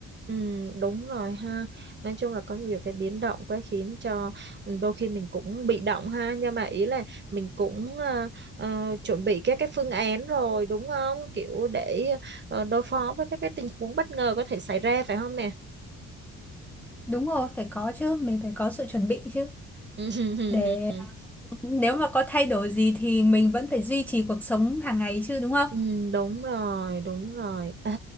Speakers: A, on the right; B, in the centre.
A: ừ, đúng rồi ha. Nói chung là có nhiều cái biến động quá khiến cho ừ, đôi khi mình cũng bị động ha. Nhưng mà ý là mình cũng ờ, ờ, chuẩn bị các cái phương án rồi đúng không? Kiểu để ờ, đối phó với các cái tình huống bất ngờ có thể xảy ra phải không nè?
B: đúng rồi phải có chứ mình phải có sự chuẩn bị chứ
A: <laughs>
B: để nếu mà có thay đổi gì thì mình vẫn phải duy trì cuộc sống hàng ngày chứ đúng không
A: Ừ, đúng rồi, đúng rồi. Ê,